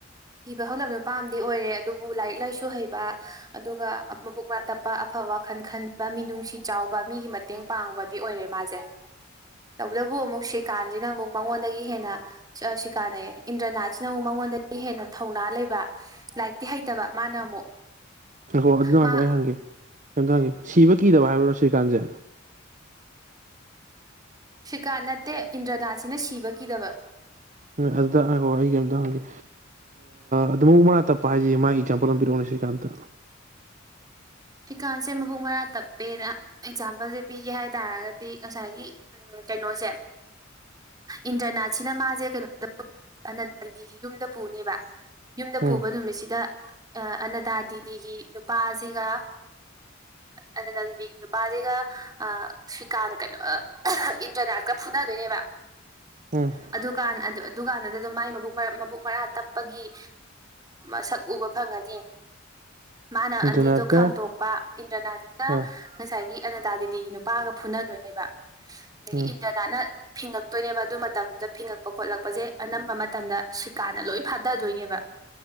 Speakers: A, on the right; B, on the right.
A: ꯀꯤꯕ ꯍꯪꯗꯕ ꯅꯨꯄꯥꯝꯗꯤ ꯑꯣꯏꯔꯦ ꯑꯗꯨꯕꯨ ꯂꯥꯏꯔꯤꯛ ꯂꯥꯏꯁꯨ ꯍꯩꯕ ꯑꯗꯨꯒ ꯃꯕꯨꯛ ꯃꯔꯥ ꯇꯞꯄ ꯑꯐ ꯑꯐꯕ ꯋꯥꯈꯟ ꯈꯟꯕ ꯃꯤꯅꯨꯡꯁꯤ ꯆꯥꯎꯕ ꯃꯤꯒꯤ ꯃꯇꯦꯡ ꯄꯥꯡꯕꯗꯤ ꯑꯣꯏꯔꯦ ꯃꯥꯁꯦ ꯇꯧꯕꯇꯕꯨ ꯑꯃꯨꯛ ꯁꯤꯀꯥꯟꯁꯤꯅ ꯑꯃꯨꯛ ꯃꯉꯣꯟꯗꯒꯤ ꯍꯦꯟꯅ ꯁꯤꯀꯥꯟ ꯑꯌꯦ ꯏꯟꯗ꯭ꯔꯅꯥꯠꯁꯤꯅ ꯑꯃꯨꯛ ꯃꯉꯣꯟꯗꯒꯤ ꯑꯩ ꯍꯦꯟꯅ ꯊꯧꯅꯥ ꯂꯩꯕ ꯂꯥꯏꯔꯤꯛꯇꯤ ꯍꯩꯇꯕ ꯃꯥꯅ ꯑꯃꯨꯛ
B: ꯉꯥꯏꯈꯣ ꯑꯗꯨꯗ
A: ꯃꯥ
B: ꯉꯥꯏꯈꯣ ꯑꯩ ꯍꯪꯒꯦ ꯀꯩꯝꯇ ꯍꯪꯒꯦ ꯁꯤꯕ ꯀꯤꯗꯕ ꯍꯥꯏꯕ꯭ꯔꯣ ꯁꯤꯀꯥꯟꯁꯦ
A: ꯁ꯭ꯀꯥ ꯅꯠꯇꯦ ꯏꯟꯗ꯭ꯔꯅꯥꯠꯁꯤꯅ ꯁꯤꯕ ꯀꯤꯗꯕ
B: ꯑꯗꯨꯗꯣ ꯑꯩꯒꯤ ꯑꯝꯇ ꯍꯪꯒꯦ ꯑꯗꯨ ꯃꯕꯨ ꯃꯔꯥ ꯇꯞꯄ ꯍꯥꯏꯁꯦ ꯃꯥꯒꯤ ꯑꯦꯛꯖꯥꯝꯄꯜ ꯑꯃ ꯄꯔꯛꯑꯣꯅꯦ ꯁꯤꯀꯥꯟꯗ
A: <unintelligible> ꯐꯤꯀꯥꯟꯁꯦ ꯃꯕꯨꯡ ꯃꯔꯥ ꯇꯞꯄꯦꯅ ꯑꯦꯛꯖꯥꯝꯄꯜꯁꯦ ꯄꯤꯒꯦ ꯍꯥꯏ ꯇꯥꯔꯒꯗꯤ ꯉꯁꯥꯏꯒꯤ ꯎ ꯀꯩꯅꯣꯁꯦ ꯏꯟꯇ꯭ꯔꯅꯥꯠꯁꯤꯅ ꯃꯥꯁꯦ ꯀꯩꯅꯣ ꯑꯅꯟꯗꯤꯒꯤ ꯌꯨꯝꯗ ꯄꯨꯅꯦꯕ ꯌꯨꯝꯗ
B: ꯎꯝ
A: ꯄꯨꯕ ꯅꯨꯃꯤꯠꯁꯤꯗ ꯑꯅꯗꯥ ꯇꯤꯗꯤꯒꯤ ꯅꯨꯄꯥꯁꯤꯒ ꯑꯅꯗ ꯗꯦꯕꯤꯒꯤ ꯅꯨꯄꯥꯁꯤꯒ ꯁ꯭ꯔꯤꯀꯥꯟ ꯀꯩꯅꯣ ꯏꯟꯗ꯭ꯔꯅꯥꯠꯀ ꯐꯨꯅ ꯑꯗꯨꯅꯦꯕ
B: ꯎꯝ
A: ꯑꯗꯨꯀꯥꯟ ꯑꯗꯨꯀꯥꯟꯗꯨꯗ ꯑꯗꯨꯝ ꯃꯥꯏ ꯃꯕꯨꯛ ꯃꯔꯥ ꯇꯞꯄꯒꯤ ꯁꯛ ꯎꯕ ꯐꯪ ꯗ ꯃꯥꯅ ꯑꯅꯤꯗꯨ
B: ꯖꯨꯅꯥꯠꯀ
A: ꯈꯥꯝꯇꯣꯛꯄ ꯏꯟꯗ꯭ꯔꯅꯥꯅ
B: ꯑꯥ
A: ꯉꯁꯥꯏꯒꯤ ꯑꯅꯗꯥꯗꯤ ꯗꯤ ꯅꯨꯄꯥꯒ ꯐꯨꯅꯗꯣꯏꯅꯦꯕ ꯑꯗꯒꯤ
B: ꯎꯝ
A: ꯏꯟꯗ꯭ꯔꯗꯥꯠꯅ ꯐꯤꯡꯉꯛꯇꯣꯏꯅꯦꯕ ꯑꯗꯨ ꯃꯇꯝꯗꯨꯗ ꯐꯤꯡꯉꯛꯄ ꯈꯣꯠꯂꯛꯄꯁꯦ ꯑꯅꯝꯕ ꯃꯇꯝꯗ ꯁꯨꯀꯥꯅ ꯂꯣꯏ ꯐꯥꯗꯗꯣꯏꯅꯦꯕ